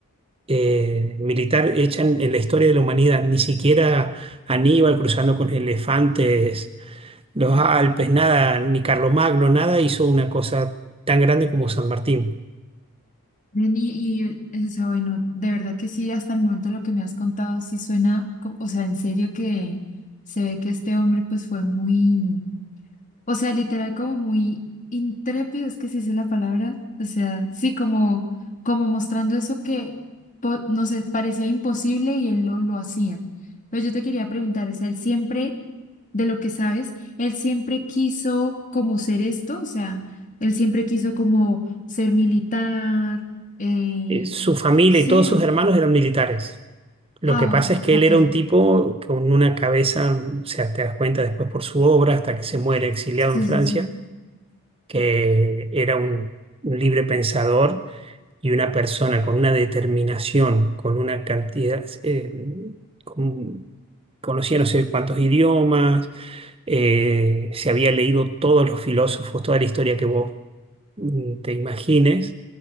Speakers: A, on the right; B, on the left.
A: eh, militar, hecha en, en la historia de la humanidad. Ni siquiera Aníbal cruzando con elefantes, los Alpes, nada, ni Carlomagno, nada hizo una cosa tan grande como San Martín.
B: Ven, Y, y, eh, o sea, bueno, de verdad que sí, hasta el momento lo que me has contado sí suena, co- o sea, en serio que se ve que este hombre pues fue muy, O sea, literal como muy intrépido, es que se dice la palabra. O sea, sí, como, como mostrando eso que po- no sé, parecía imposible y él lo, lo hacía. Pero yo te quería preguntar, o sea, él siempre, de lo que sabes, él siempre quiso como ser esto, o sea, él siempre quiso como ser militar, eh,
A: Eh, Su familia
B: sí,
A: y todos sus
B: o-
A: hermanos eran militares. Lo
B: ah,
A: que pasa
B: o-
A: es que él
B: ok,
A: era un tipo con una cabeza, o sea, te das cuenta después por su obra, hasta que se muere exiliado
B: sí,
A: en Francia,
B: sí, sí.
A: que era un, un libre pensador y una persona con una determinación, con una cantidad, eh, con- conocía no sé cuántos idiomas, eh, se había leído todos los filósofos, toda la historia que vos mm, te imagines,